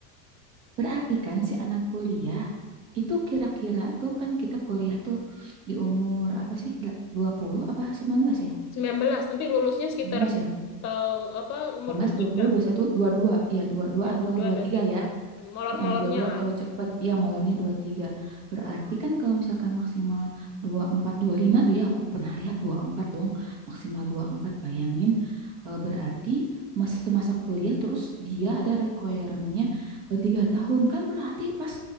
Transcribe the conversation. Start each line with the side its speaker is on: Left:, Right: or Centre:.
Right: Berarti kan si anak kuliah Itu kira-kira tuh kan kita kuliah tuh di umur apa sih? dua puluh apa 19 ya?
Left: sembilan belas Nanti lulusnya sekitar
Right: sembilan belas ya?
Left: eh, apa umur
Right: sembilan belas
Left: dua puluh
Right: dua
Left: tiga
Right: puluh, dua puluh satu dua 21, 22. Iya, 22
Left: Ya,
Right: atau
Left: 22,
Right: dua puluh tiga
Left: tiga
Right: ya.
Left: Molor-molornya
Right: Eh, dua puluh dua
Left: lah.
Right: kalau cepet. Iya, molornya dua puluh tiga Berarti kan kalau misalkan maksimal 24, lima tuh ya aku pernah lihat 24 dong. Maksimal 24 bayangin. eh, berarti masa masa kuliah terus dia ada requirement-nya 3 tahun. Kan berarti pas